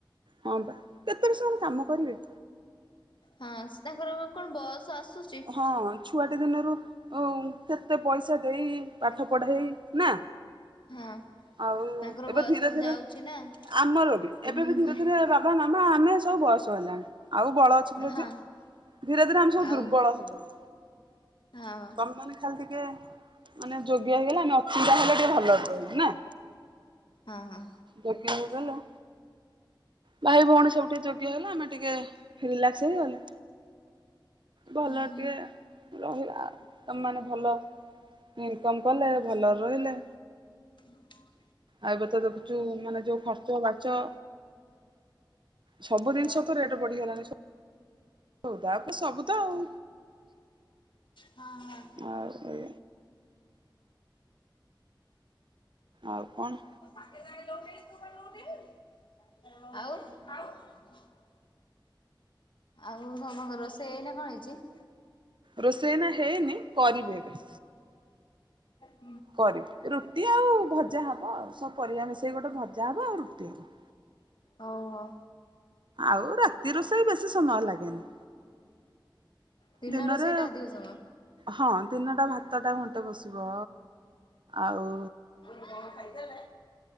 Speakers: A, on the right (about 70°); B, on the left (about 70°).
A: ହଁ ବା କେତେ ବି ସେମାନେ କାମ କରିବେ?
B: ହଁ ତାଙ୍କର କଣ ବୟସ ଆସୁଛି।
A: ହଁ ଛୁଆଟି ଦିନରୁ ଓ କେତେ ପଇସା ଦେଇ ପାଠ ପଢେଇ ନା
B: ହଁ
A: ଆଉ
B: ତାଙ୍କର
A: ଏବେ
B: ବୟସ
A: ଧୀରେ ଧୀରେ
B: ଯାଉଛି ନା
A: ଆମର ବି
B: ତିନି
A: ଏବେ ବି
B: ଦିନରେ
A: ଧୀରେ ଧୀରେ ବାବା ମାମା ଆମେ ସବୁ ବୟସ ହେଲାଣି ଆଉ ବଳ ଅଛି
B: ହଁ
A: ଯେ ଧୀରେ ଧୀରେ ଆମେ ସବୁ
B: ଆଉ
A: ଦୁର୍ବଳ। ହେଲୁଣି।
B: ହଁ ଅ।
A: ଆ ମାନେ ଖାଲି ଟିକେ ମାନେ ଯୋଗ୍ୟ ହେଇଗଲେ ଆମେ ଅଚିନ୍ତା ହେଲେ ଟିକେ ଭଲ ରହିବୁ ନା?
B: ହଁ ହଁ।
A: ଗୋଟେ ହେଇଗଲା ଭାଇ ଭଉଣୀ ସବୁ ଟିକେ ଯୋଗ୍ୟ ହେଲା ଆମେ ଟିକେ ରିଲାକ୍ସ ହେଇଗଲେ। ଭଲ
B: ହୁଁ
A: ଟିଏ ରହିବା ତମେ ମାନେ ଭଲ ଇନକମ କଲେ ଭଲରେ ରହିଲେ
B: ଉଁ ହୁଁ।
A: ଆଉ ଏବେ ତ ଦେଖୁଛୁ ମାନେ ଯୋଉ ଖର୍ଚ୍ଚ ବାଚ ସବୁ
B: ହଁ
A: ଜିନିଷ ତ ରେଟ୍ ବଢିଗଲାଣି ସ ହଉ ତାପରେ ସବୁ ତ ଆଉ,
B: ହଁ ହଁ
A: ଆଉ ଏ ଆଉ କଣ?
B: <inaudible> ଆଉ ତମ ରୋଷେଇ ଏଇନା କଣ ହେଇଚି?
A: ରୋଷେଇ ଏଇନା ହେଇନି କରିବି ଏବେ।
B: ହ
A: କରିବି ରୁଟ୍ ରୁଟି ଆଉ ଭଜା ହବ ଆଉ ସବୁ ପରିବା ମିଶେଇ ଗୋଟେ ଭଜା ହବ ଆଉ ରୁଟି ହବ।
B: ହଉ- ହଉ।
A: ଆଉ ରାତି ରୋଷେଇ ବେଶୀ ସମୟ ଲାଗେନି।
B: ଦିନ
A: ଦିନରେ
B: ରୋଷେଇଟା ଅଧିକ ସମୟ
A: ହଁ ଦିନଟା ଭାତଟା ଘଣ୍ଟେ ବସିବ ଆଉ
B: କଣ ଖାଇଥିଲେ?